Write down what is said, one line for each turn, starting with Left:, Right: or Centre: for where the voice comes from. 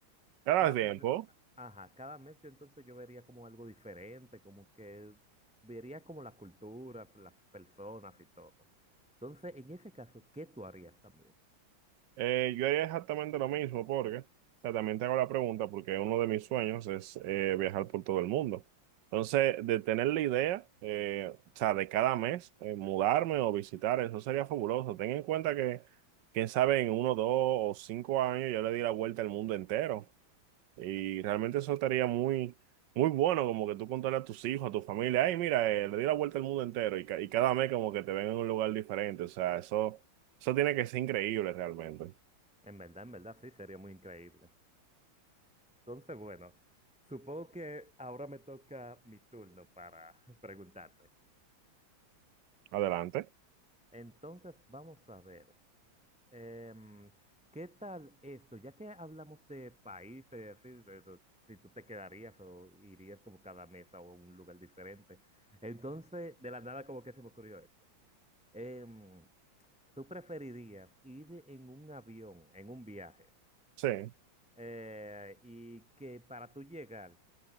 Right: ¿Te das
Centre: cada
Right: tiempo?
Centre: mes, ajá, cada mes yo entonces yo vería como algo diferente, como que vería como las culturas, las personas y todo. Entonces, en ese caso, ¿qué tú harías también?
Right: Eh, yo haría exactamente lo mismo porque, o sea, también te hago la pregunta porque uno de mis sueños es eh, viajar por todo el mundo. Entonces, de tener la idea, eh, o sea, de cada mes eh, mudarme o visitar, eso sería fabuloso. Ten en cuenta que, quién sabe, en uno, dos o cinco años yo le di la vuelta al mundo entero y realmente eso estaría muy, muy bueno, como que tú contarle a tus hijos, a tu familia, ay, mira, eh, le di la vuelta al mundo entero y, ca- y cada mes como que te ven en un lugar diferente. O sea, eso, eso tiene que ser increíble realmente.
Centre: En verdad, en verdad, sí, sería muy increíble. Entonces, bueno, supongo que ahora me toca mi turno para <laughs> preguntarte.
Right: Adelante.
Centre: Entonces, vamos a ver. Em, ¿qué tal esto? Ya que hablamos de países, así, de- de- si tú te quedarías o irías como cada mes a un lugar diferente. Entonces, de la nada como que se me ocurrió esto. Em, ¿tú preferirías ir en un avión, en un viaje,
Right: Sí,
Centre: eh, y que para tú llegar